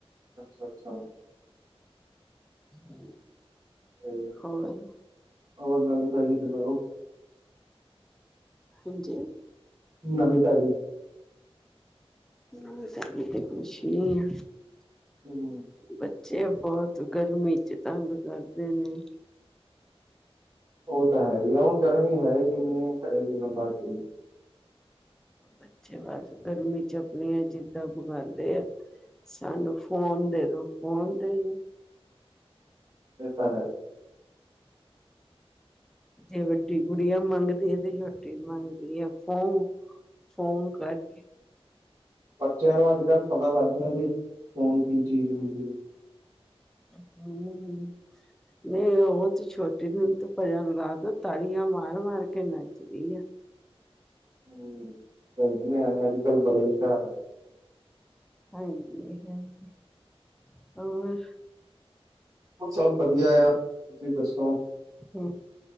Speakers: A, on the right; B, in the centre.
A: ਅੱਛਾ-ਅੱਛਾ।
B: ਹੂੰ,
A: ਤੇ
B: ਹੋਰ
A: ਹੋਰ ਨਵੀਂ-ਤਾਜ਼ੀ ਸੁਣਾਓ
B: ਹਾਂਜੀ।
A: ਨਵੀਂ-ਤਾਜ਼ੀ।
B: ਨਵੀਂ-ਤਾਜ਼ੀ ਤੇ ਕੁਛ ਨੀ ਆ।
A: ਹੋਰ
B: ਬੱਚੇ ਬੋਤ ਗਰਮੀ ਚ ਤੰਗ ਕਰਦੇ ਨੇ।
A: ਓ ਤਾਂ ਹੈ ਈ ਹੁਣ ਗਰਮੀ ਹੈ ਇੰਨੀ ਏ ਕਰੇ ਵੀ ਬੰਦਾ ਕੀ!
B: ਬੱਚੇ ਬਸ ਗਰਮੀ ਚ ਆਪਣੀਆਂ ਜਿਦਾਂ ਪਗਾਉਦੇ ਏ। ਸਾਨੂੰ ਫ਼ੋਨ ਦੇ ਦੋ, ਫ਼ੋਨ ਦੇ ਦੋ।
A: ਏ ਤਾਂ ਹੈ।
B: ਜੇ ਵੱਡੀ ਗੁੜੀਆਂ ਮੰਗਦੀ ਹੈ। ਤੇ ਛੋਟੀ ਵੀ ਮੰਗਦੀ ਏ ਫ਼ੋਨ- ਫ਼ੋਨ ਕਰਕੇ
A: ਬੱਚਿਆਂ ਨੂੰ ਅੱਜ-ਕਲ ਪਤਾ ਲਗ ਗਿਆ ਕੀ, ਫ਼ੋਨ ਕੀ ਚੀਜ ਹੁੰਦੀ ਏ।
B: ਹੁੰ, ਹੁੰ, ਨਹੀ ਓ ਤੇ ਛੋਟੇ ਨ ਹੁਣ ਤੋ ਭਜਨ ਵਾਦ ਤਾੜੀਆਂ ਮਾਰ-ਮਾਰ ਕੇ ਨੱਚਦੀ ਆ।
A: ਹੂੰ, ਕੋਈ ਨੀ ਨਿਆਣੇ ਅੱਜ-ਕਲ ਬੜੇ ਹੁਸ਼ਿਆਰ ਹਨ।
B: ਹਾਂਜੀ-ਹਾਂਜੀ, ਔਰ
A: ਸਭ ਵਧੀਆ ਆ, ਤੁਸੀਂ ਦੱਸੋ?
B: ਹੂੰ,